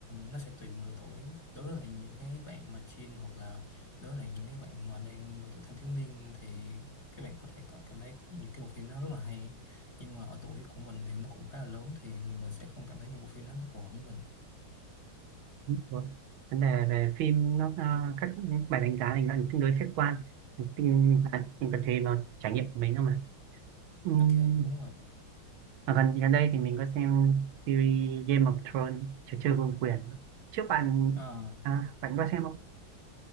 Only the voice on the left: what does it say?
nó sẽ tùy từng độ tuổi đối với lại những cái bạn mà teen hoặc là đối với lại những cái bạn mà đang độ tuổi thanh thiếu niên thì các bạn có thể cả- cảm thấy những cái bộ phim nó rất là hay nhưng mà ở tuổi của mình thì nó cũng khá là lớn thì mình sẽ không cảm thấy những bộ phim nó phù hợp với mình
ừ.
ok đúng rồi
Ờ.